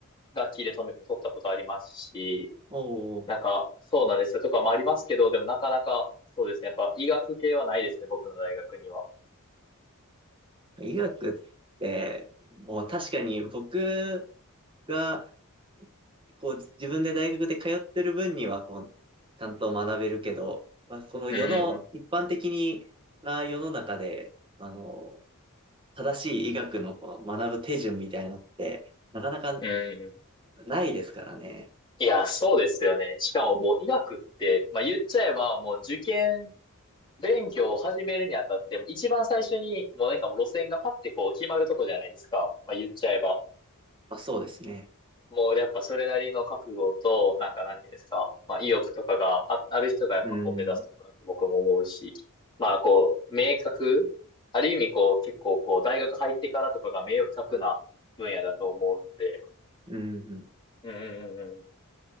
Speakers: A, on the left (about 20°); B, on the right (about 25°).
A: 楽器で止め、撮ったことありますし、
B: おう
A: なんか、そうなんですよとかもありますけど、でもなかなか、そうですね。やっぱ医学系はないですね、僕の大学には。
B: 医学って、もう確かに僕が、こう、自分で大学で通ってる分には、こう、ちゃんと学べるけど、まあ、この世の、
A: うんうん
B: 一般的な世の中で、あの、正しい医学のこう学ぶ手順みたいなのって、なかなか
A: うん、うん
B: ないですからね。
A: いや、そうですよね。しかももう医学って、まあ言っちゃえばもう受験勉強を始めるにあたって、もう一番最初にもうなんかもう路線がパッてこう決まるとこじゃないですか。まあ言っちゃえば。
B: まあそうですね。
A: もうやっぱそれなりの覚悟と、なんかなんていうんですか、まあ意欲とかがあ、ある人がやっぱこう目指すところだと僕も思うし、
B: うん。
A: まあこう、明確、ある意味こう結構こう大学入ってからとかが明確な分野だと思うので、
B: うん。うん
A: うんうんうんうん、